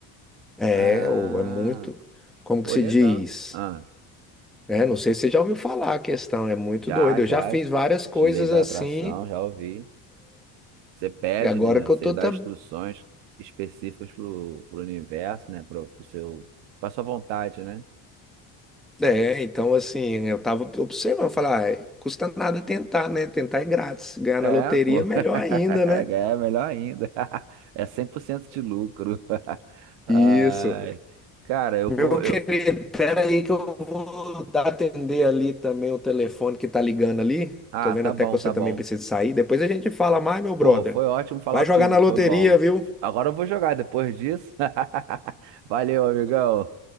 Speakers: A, in the centre; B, on the right.
A: É,
B: Ah,
A: ou é muito, como
B: pô,
A: que se
B: legal.
A: diz?
B: Ah,
A: É, não sei se você já ouviu falar a questão, é muito
B: já,
A: doido.
B: já,
A: Eu já fiz várias coisas
B: de lei da
A: assim,
B: atração, já ouvi. Você pede,
A: e agora
B: né?
A: que
B: Você
A: eu tô
B: dá
A: tá
B: instruções específicas pro, pro universo, né? Pro, pro seu, pra sua vontade, né?
A: É, então assim, eu tava observando, falar, ah, custa nada tentar, né? Tentar é grátis. Ganhar
B: É,
A: na loteria
B: pô. <laughs>
A: é melhor ainda,
B: é
A: né?
B: melhor ainda. <laughs> É 100% de lucro. <laughs> Ai,
A: Isso.
B: cara, eu
A: Meu
B: vou. Eu...
A: querido, pera aí que eu vou dar- atender ali também o telefone que tá ligando ali.
B: Ah,
A: Tô vendo
B: tá
A: até
B: bom,
A: que você
B: tá
A: também
B: bom.
A: precisa sair. Depois a gente fala mais, meu brother.
B: Pô, foi ótimo falar
A: Vai
B: contigo,
A: jogar na
B: foi
A: loteria,
B: bom.
A: viu?
B: Agora eu vou jogar depois disso. <laughs> Valeu, amigão.